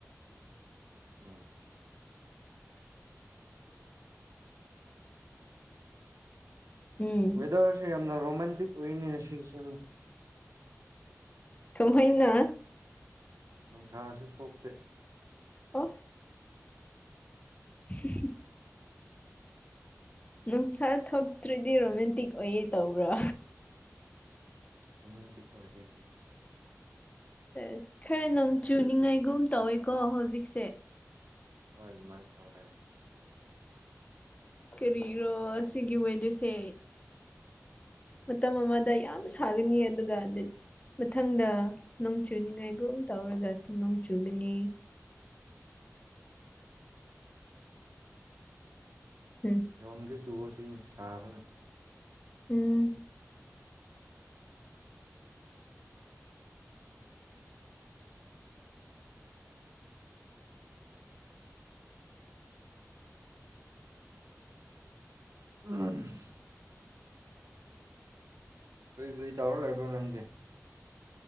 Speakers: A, on the right; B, on the left.
A: ꯎꯝ
B: ꯎꯝ
A: ꯑꯣꯏꯗꯔꯁꯤ ꯌꯥꯝꯅ ꯔꯣꯃꯟꯇꯛ ꯑꯣꯏꯅꯤ ꯉꯁꯤꯒꯤꯁꯤ
B: ꯀꯃꯥꯏꯅ
A: ꯅꯨꯡꯁꯥꯁꯨ ꯊꯣꯛꯇꯦ
B: ꯑꯣ <unintelligible> ꯅꯨꯡꯁꯥ ꯊꯣꯛꯇ꯭ꯔꯤꯗꯤ ꯔꯣꯃꯦꯟꯇꯤꯛ ꯑꯣꯏꯌꯦ ꯇꯧꯕ꯭ꯔꯥ
A: ꯔꯣꯃꯟꯇꯤꯛ ꯑꯣꯏꯕ
B: ꯑꯁ ꯈꯔ ꯅꯨꯡ ꯆꯨꯅꯤꯡꯉꯥꯏꯒꯨꯝ ꯇꯧꯋꯦꯀꯣ ꯍꯧꯖꯤꯛꯁꯦ
A: ꯍꯣꯏꯃꯥꯏ ꯇꯧꯔꯦ
B: ꯀꯔꯤꯔꯣ
A: ꯐꯅꯤ
B: ꯑꯁꯤꯒꯤ ꯋꯦꯗꯔꯁꯦ ꯃꯇꯝ ꯑꯃꯗ ꯌꯥꯝ ꯁꯥꯒꯅꯤ ꯑꯗꯨꯒ ꯃꯊꯪꯗ ꯅꯣꯡ ꯆꯨꯅꯤꯉꯥꯏꯒꯨꯝ ꯇꯧꯔꯒ ꯅꯣꯡ ꯆꯨꯒꯅꯤ ꯎꯝ
A: ꯂꯣꯡꯒꯤ ꯁꯨꯒꯁꯤ ꯁꯥꯕꯅ
B: ꯎꯝ
A: <unintelligible> ꯀꯔꯤ ꯀꯔꯤ ꯇꯧꯔ ꯂꯩꯕ꯭ꯔꯣ ꯅꯪꯗꯤ